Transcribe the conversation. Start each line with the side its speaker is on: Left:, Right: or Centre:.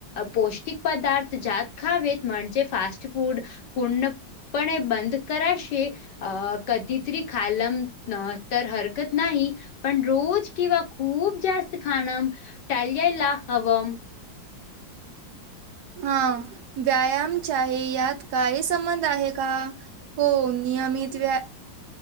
Left: पौष्टिक पदार्थ ज्यात खावेत म्हणजे फास्ट फूड पूर्णपणे बंद कराशे अ कधीतरी <unintelligible> तर हरकत नाही. पण रोज किंवा खूप जास्त खाण टाळ्यायला हवं.
Right: हा व्यायामचाही यात काही संबंध आहे का. हो नियमित व्या